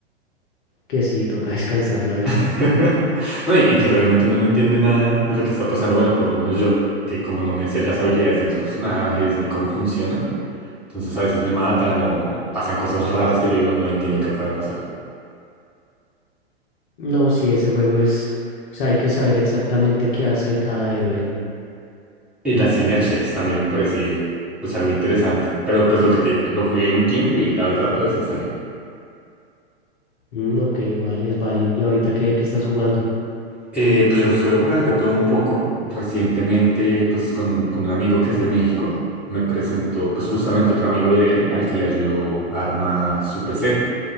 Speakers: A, on the left; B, in the centre.
A: que sí, toca <laughs> descansar la vista.
B: <laughs> No, y, y que realmente uno no entiende nada de lo que está pasando. Bueno, por lo menos yo, que como no me sé las habilidades de los personajes ni cómo funcionan. Entonces a veces me matan o pasan cosas raras que yo digo, no entiendo qué acaba de pasar.
A: No, sí, ese juego es... O sea, hay que saber exactamente qué hace cada héroe.
B: Y las sinergias también me parece pues algo interesante. Pero pues lo que te digo, lo jugué un tiempo y la verdad lo desinstalé.
A: Mm, ok, vale, es válido. ¿Y ahorita qué, qué estás jugando?
B: Eh, pues yo suelo jugar de todo un poco. Recientemente pues con, con un amigo que es de México me presentó pues justamente otro amigo de él al que le ayudó a armar su PC.